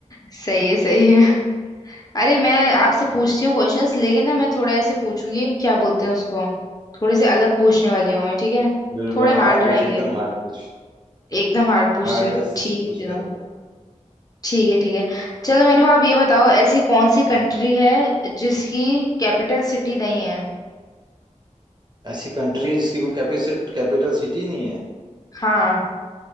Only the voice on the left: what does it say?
सही है सही है अरे मैं आपसे
पूछती हूँ क्वेश्चंस लेकिन ना मैं थोड़े ऐसे पूछूंगी क्या बोलते हैं उसको थोड़े से अलग पूछने वाली हूँ मैं ठीक है
थोड़े
हार्ड
रहेंगे
एकदम हार्ड पूछती
हूँ ठीक है
चलो
ठीक है ठीक है चलो मेरे को आप ये बताओ ऐसी कौन सी कंट्री
है जिसकी कैपिटल सिटी नहीं है
हाँ